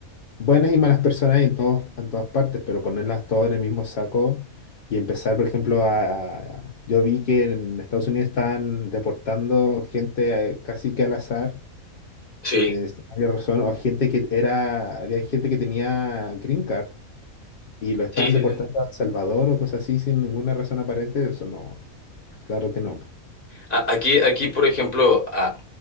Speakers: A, on the left; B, on the left.
A: buenas y malas personas hay en todos, en todas partes, pero ponerlas todas en el mismo saco y empezar, por ejemplo, a, a- yo vi que en Estados Unidos están deportando gente eh, casi que al azar,
B: Sí,
A: eh, sin mayor razón, o gente que era, había gente que tenía green card y lo estaban
B: sí, sí,
A: deportando
B: sí.
A: a El Salvador o cosas así sin ninguna razón aparente, eso no, claro que no.
B: A- Aquí, aquí, por ejemplo, a,